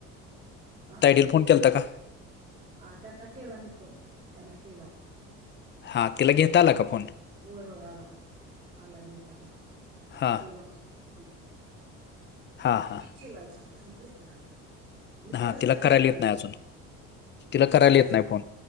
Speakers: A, on the right; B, on the left.
A: हा
B: तायडीला फोन केलाता का?
A: हा त्यांना केला मी फोन त्यांना केला हुता.
B: हा तिला घेता आला का फोन?
A: होय होय आला आला घेता आला
B: हा
A: केला हम्.
B: हां हां.
A: केला होता त्यांना घेता आला. मी परत
B: हा तिला
A: त्यांना
B: करायला
A: करणार
B: येत नाही अजून
A: मी
B: तिला
A: त्यांना
B: करायला
A: अजून
B: येत नाही फोन